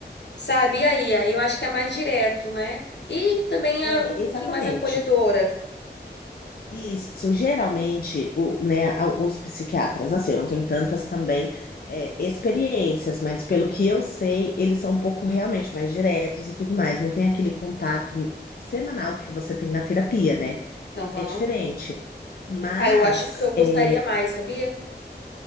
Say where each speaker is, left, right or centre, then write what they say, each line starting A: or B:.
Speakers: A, on the left; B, on the left.
A: sabe? E aí, aí eu acho que é mais direto, né? E também é
B: é,
A: um pouquinho
B: exatamente.
A: mais acolhedora.
B: Isso, geralmente, o, né, a- os psiquiatras, assim, eu não tenho tantas também é, experiências, mas pelo que eu sei, eles são um pouco realmente mais diretos e tudo mais, não tem aquele contato semanal que você tem na terapia, né?
A: Aham.
B: É diferente. Mas,
A: Ah, eu acho que eu gostaria
B: é,
A: mais, sabia?